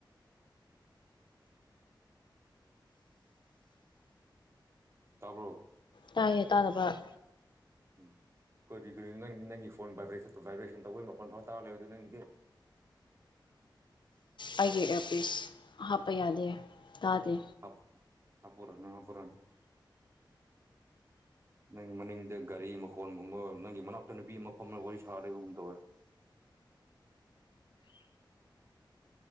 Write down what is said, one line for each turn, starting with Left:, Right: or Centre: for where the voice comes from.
Right: ꯇꯥꯕ꯭ꯔꯣ꯫
Left: ꯇꯥꯏꯌꯦ ꯇꯥꯗꯕ꯫
Right: ꯎꯝ ꯀꯣꯏꯔꯤ ꯀꯔꯤ ꯅꯪꯗꯤ ꯅꯪꯒꯤ ꯐꯣꯟ ꯚꯥꯏꯕ꯭ꯔꯦꯁꯟ ꯚꯥꯏꯕ꯭ꯔꯦꯁꯟ ꯇꯧꯕꯩ ꯃꯄꯣꯟ ꯐꯥꯎ ꯇꯥꯔ ꯂꯩꯕꯣ ꯅꯪꯒꯤꯗꯤ꯫
Left: ꯑꯩꯒꯤ ꯑꯦꯌꯥꯔꯄꯤꯁ ꯍꯥꯞꯄ ꯌꯥꯗꯦ ꯇꯥꯗꯦ꯫
Right: ꯍꯥꯞ ꯍꯥꯞꯄꯣꯔꯅꯣ ꯍꯥꯞꯄꯣꯔꯅꯣ꯫ ꯅꯪꯒꯤ ꯃꯅꯤꯡꯗ ꯒꯥꯔꯤ ꯃꯈꯣꯟꯜꯒꯨꯝꯕ ꯅꯪꯒꯤ ꯃꯅꯥꯛꯇ ꯅꯨꯄꯤ ꯃꯐꯝ ꯑꯃ ꯋꯥꯔꯤ ꯁꯥꯔꯒ ꯂꯩꯕꯒꯨꯝ ꯇꯧꯋꯦ꯫